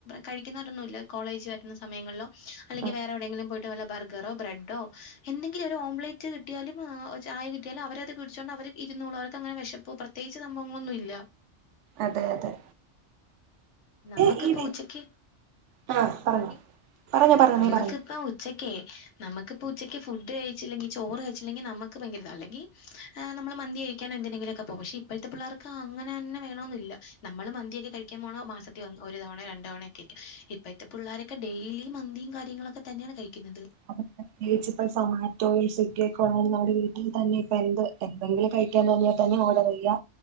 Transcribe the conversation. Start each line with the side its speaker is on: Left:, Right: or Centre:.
Left: കഴിക്കുന്നവരൊന്നുമ ഇല്ല കോളേജ് വരുന്ന സമയങ്ങളോ അല്ലെങ്കിൽ
Right: അതെ
Left: വേറെ എവിടെയെങ്കിലും പോയിട്ട് വല്ല ബർഗറോ ബ്രെഡോ എന്തെങ്കിലും ഒരു ഓംലേറ്റ് കിട്ടിയാലും ചായ കിട്ടിയാലും അവരത് കടിച്ചോണ്ട് അവർ ഇരുന്നള്ളൂ അവർ അങ്ങനെ വിശപ്പ് ത്തേച്ച് സംഭവങ്ങളൊന്നുംല്ല
Right: അതെ അതെ
Left: നമ്മക്ക്പ്പം
Right: ഏ ഈ ഡി
Left: ഉച്ചക്ക്
Right: ആ
Left: എന്തവാടി
Right: പറഞ്ഞോ പറഞ്ഞോ പറഞ്ഞോ
Left: നമ്മക്ക്പ്പം
Right: നീ പറഞ്ഞോ
Left: ഉച് ഉച്ചക്കേ നമ്മക്ക്പ്പം ഉച്ചക്ക് ഫുഡ് കയ്ച്ചില്ലെങ്കി ചോറ് കയ്ച്ചില്ലെങ്കി നമ്മക്ക് ഭയങ്കര്താ അല്ലെങ്കി ആഹ് നമ്മള് മന്തികയ്ക്കാനെന്തിനെങ്കിലൊക്കെ പോകും പക്ഷെ ഇപ്പോഴത്തെ പിള്ളേർക്ക് അങ്ങനെ തന്നെ വേണോന്നില്ല നമ്മള് മന്തിയക്കെ കഴിക്കാൻപോണേ മാസ ഒരു തവണേ രണ്ട് തവണേക്കെക്കെ ഇപ്പയത്തെ പിള്ളാരൊക്കെ ഡെയിലിയിം മന്തിം കാര്യങ്ങളൊക്കെ തന്നെയാണ് കഴിക്കുന്നത്
Right: അപ്പൊ പ്രത്യേകിച്ച്പ്പ സൊമാറ്റോയും സ്വിഗ്ഗിയൊക്കെ ഒള്ളത് നമ്മുടെ വീട്ടിൽ തന്നെ ഇപ്പ എന്ത് എന്തെങ്കിലും കഴി ക്കാൻ തോന്നിയ തന്നെ ഓഡറ്യ്യാ